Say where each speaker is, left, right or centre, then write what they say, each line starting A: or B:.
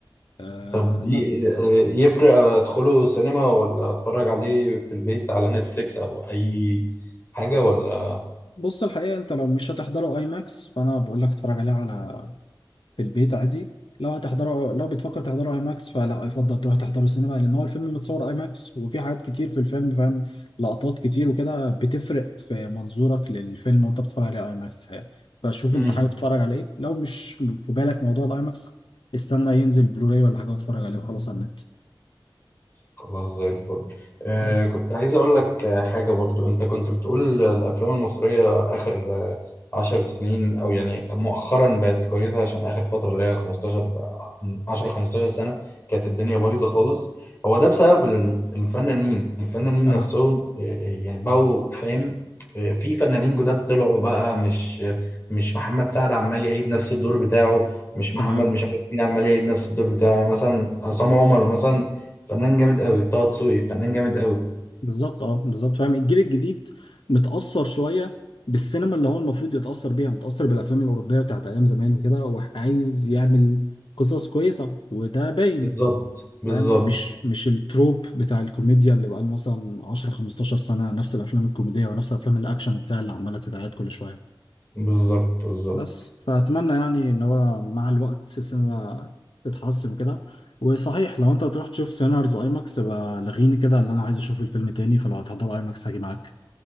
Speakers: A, on the left; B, on the left.
A: آه،
B: طب ي- ي- يفرق ادخله سينما ولا اتفرج عليه في البيت على نتفليكس او اي حاجة ولا
A: بص الحقيقة انت لو مش هتحضره اي ماكس فانا بقول لك اتفرج عليه على في البيت عادي لو هتحضره لو بتفكر تحضره اي ماكس فلا يفضل تروح تحضره سينما لان هو الفيلم متصور اي ماكس وفي حاجات كتير في الفيلم فاهم لقطات كتير وكده بتفرق في منظورك للفيلم وانت بتتفرج عليه اي ماكس الحقيقة فشوف
B: مم.
A: انت حابب تتفرج على ايه لو مش في بالك موضوع الاي ماكس استنى ينزل بلوراي ولا حاجة واتفرج عليه وخلاص على النت
B: خلاص زي الفل آه
A: بس
B: كنت عايز اقول لك آه، حاجة برضو انت كنت بتقول الافلام المصرية اخر آه، عشر سنين او يعني مؤخرا بقت كويسة عشان اخر فترة اللي هي 15 من 10 15 سنة كانت الدنيا بايظة خالص هو ده بسبب ال- الفنانين الفنانين
A: اه
B: نفسهم آه، آه، يعني بقوا فاهم آه، في فنانين جداد طلعوا بقى مش مش محمد سعد عمال يعيد نفس الدور بتاعه مش محمد
A: تمام
B: مش عارف مين عمال يعيد نفس الدور بتاعه يعني مثلا عصام عمر مثلا فنان جامد قوي طه دسوقي فنان جامد قوي
A: بالظبط اه بالظبط فاهم الجيل الجديد متأثر شوية بالسينما اللي هو المفروض يتأثر بيها متأثر بالأفلام الأوروبية بتاعت أيام زمان وكده هو عايز يعمل قصص كويسة وده باين
B: بالظبط بالظبط
A: فاهم مش مش التروب بتاع الكوميديا اللي بقى مثلا 10 15 سنة نفس الأفلام الكوميدية ونفس الأفلام الأكشن وبتاع اللي عمالة تتعاد كل شوية
B: بالظبط بالظبط
A: بس فأتمنى يعني إن هو مع الوقت السينما تتحسن وكده وصحيح لو انت هتروح تشوف سينارز ايماكس يبقى لغيني كده اللي انا عايز اشوف الفيلم تاني فلو هتحضر ايماكس هاجي معاك